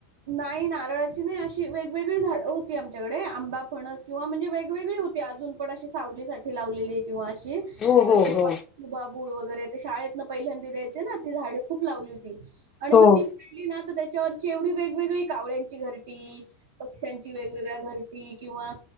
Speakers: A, on the right; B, on the left.
A: नाही नारळाची नाही अशी वेगवेगळी झाड होती आमच्याकडे आंबा फणस किंवा म्हणजे वेगवेगळी होती. अजून पण अशी सावलीठी लावलेली किंवा
B: हो हो हो.
A: बाबुळ वगैरे ते शाळेत न पहिल्यांदी द्यायचे ना त झाडे खूप लावली होती. आणि
B: हो
A: मग ती पाहिली ना तर त्याच्यावरची एवढी वेगवेगळी कावळ्यांची घरटी पक्ष्यांची वेगवेगळ्या घर किंवा